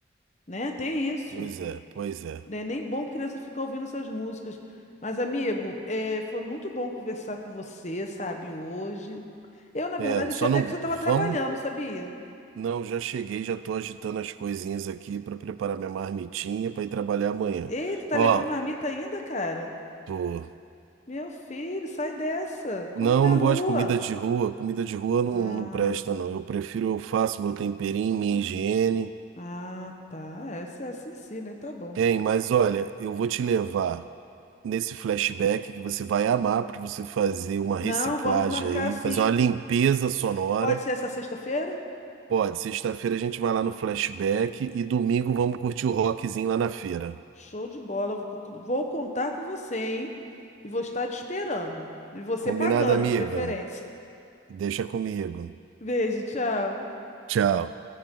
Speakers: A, on the left; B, on the right.
A: né? Tem isso,
B: Pois é, pois é.
A: né? Nem bom criança ficar ouvindo essas músicas. Mas amigo, é, foi muito bom conversar com você, sabe, hoje. Eu, na verdade,
B: É, só
A: achei até
B: não
A: que você estava trabalhando,
B: vamos.
A: sabia?
B: Não, já cheguei, já tô agitando as coisinhas aqui para preparar minha marmitinha para ir trabalhar amanhã.
A: Ei, tu tá
B: Ó,
A: levando marmita ainda, cara?
B: tô.
A: Meu filho, sai dessa. Come
B: Não,
A: na
B: não
A: rua.
B: gosto de comida de rua. Comida de rua não,
A: Ah,
B: não presta, não. Eu prefiro, eu faço meu temperinho, minha higiene.
A: ah, tá. Essa é assim sim, né? Tá bom.
B: Hein, mas olha, eu vou te levar nesse flashback que você vai amar para você fazer uma reciclagem
A: Não, vamos marcar
B: aí,
A: assim.
B: fazer uma limpeza sonora.
A: Pode ser essa sexta-feira?
B: Pode, sexta-feira a gente vai lá no flashback e domingo vamos curtir o rockzinho lá na feira.
A: Show de bola. Vou, co- vou contar com você, hein? E vou estar te esperando. E você
B: Combinado,
A: pagando,
B: amiga?
A: de preferência.
B: Deixa comigo.
A: <laughs> Beijo, tchau.
B: Tchau.